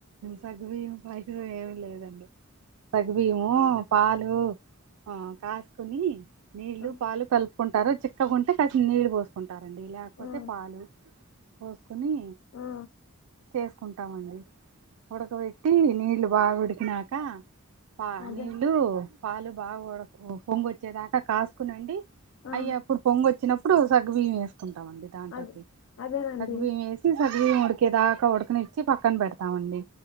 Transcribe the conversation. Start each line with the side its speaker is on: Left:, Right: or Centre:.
Right: సగగుబియ్యం పై ఏమిీ లేదండి సగుబియ్యము పాలు ఆ కాసుకుని నీళ్లు
Left: ఆ!
Right: పాలు కలుపుకుంటారు త ఉంటే కాసి నీళ్ల పోసుకుంటే ంటారండి లేకపోతే
Left: ఆ!
Right: పాలు పోసుకుని
Left: ఆ!
Right: చేసుకుంటామండి ఉడక వెట్టి నీళ్ళు బాగుడికినాక పా
Left: అదే.
Right: నీళ్ళు పాలు బాగఉడ పొంగు వచ్చేదాకా కాసుకునండి
Left: ఆ!
Right: అయ్య అప్పుడు పొంగొచినప్పుడు సగవివే ఉంటామండి దాంట్లోకి
Left: అదే. అదేనండి.
Right: సగ్గుబియ్యం ఏసి సగ్గుబియ్యం ఉడికేదా కొడుకుని ఇ పక్కన పెట్ట ఇస్తామండి